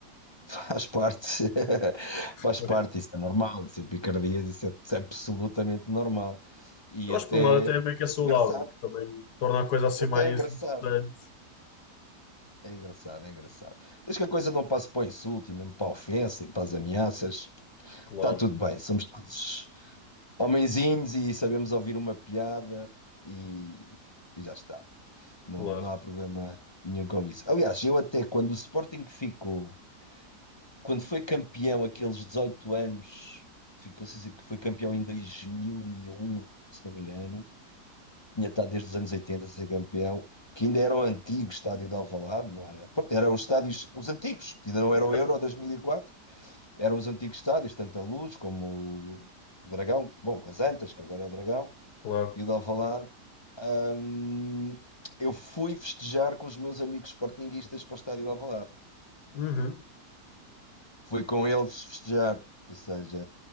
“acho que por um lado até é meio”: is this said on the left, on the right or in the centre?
Left